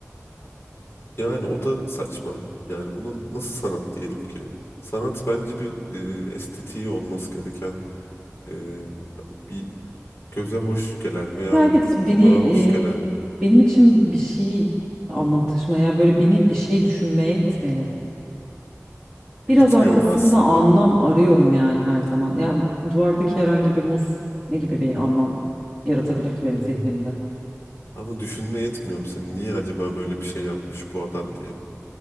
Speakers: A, on the left; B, in the centre.
A: Yani o da saçma. Yani onun nasıl sanat diyelim ki? Sanat bence bir e, estetiği olması gereken, e, bir göze hoş gelen veya
B: Ya evet beni
A: kulağa
B: eee,
A: hoş gelen.
B: benim için bir şey anlam taşımaya yani böyle beni bir şey düşünmeye itmeli. Biraz
A: İtmiyor
B: arkasında
A: mu aslında
B: anlam arıyorum yani her zaman. Ya duvardaki herhangi bir muz ne gibi bir anlam yaratabilir ki benim zihnimde?
A: Ama düşünmeye yetmiyorum seni. Niye acaba böyle bir şey yapmış bu adam diye.